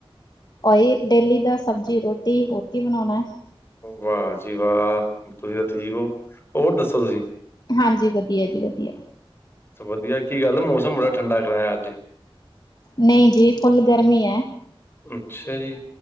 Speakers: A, on the left; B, on the left.
A: ਓਹੀ ਡੇਲੀ ਦਾ ਸਬਜ਼ੀ, ਰੋਟੀ ਹੋਰ ਕੀ ਬਨੋਨਐ।
B: ਵਾਹ ਜੀ, ਵਾਹ। ਤੁਸੀਂ ਤਾਂ ਠੀਕ ਓ। ਹੋਰ ਦੱਸੋ ਤੁਸੀਂ?
A: ਹਾਂਜੀ। ਵਧੀਆ ਜੀ, ਵਧੀਆ।
B: ਸੋ ਵਧੀਆ, ਕੀ ਗੱਲ ਮੌਸਮ ਬੜਾ ਠੰਡਾ ਕਰਾਇਆ। ਅੱਜ
A: ਨ‌ਈ ਜੀ, ਥੋਨੀ ਗਰਮੀ ਐ।
B: ਅੱਛਾ ਜੀ।